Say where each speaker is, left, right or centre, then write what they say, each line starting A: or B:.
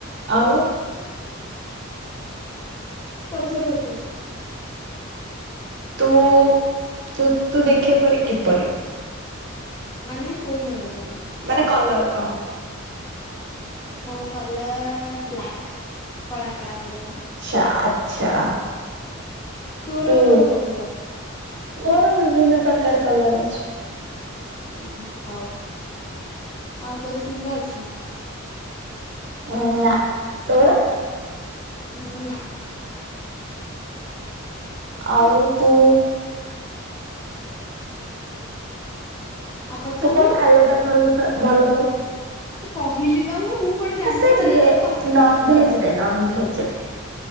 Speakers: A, on the right; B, on the left.
A: ଆଉ
B: ପଚାର ମୋତେ।
A: ତୁ ତୁ ତୁ ଦେଖିବା ପରି କିପରି?
B: ମାନେ କୋଉ ଭଳିଆ ପାଇଁ?
A: ମାନେ କଲର କହ।
B: ମୋ କଲର ବ୍ଲାକ୍ କଳା କଳା କଲର।
A: ଆଛା ଆଚ୍ଛା
B: ତୋର
A: ତୋ
B: ତୋର କୋଉ କଲର
A: ମୋର ବିଭିନ୍ନ ପ୍ରକାର କଲର ଅଛି।
B: ଉଁ ହୁଁ ହଉ ଆଉ ତୋର ଶିଂହ ଅଛି?
A: ଉଁ ନା ତୋର?
B: ଉଁ ନା।
A: ଆଉ ତୁ
B: ଆଉ ପଚାରୁନୁ
A: ତୁ କଣ ଖାଇବା ପାଇଁ ଭଲ ଭଲ ପାଉ?
B: କହିଲି ପା ମୁଁ ମୁଁ। କଣ ଜାଣିଛି
A: ସେ
B: ତା
A: ଭେ
B: ଭିତରେ ପଶିଛି
A: ନନ ଭେଜ ରେ ନନ ଭେଜରେ।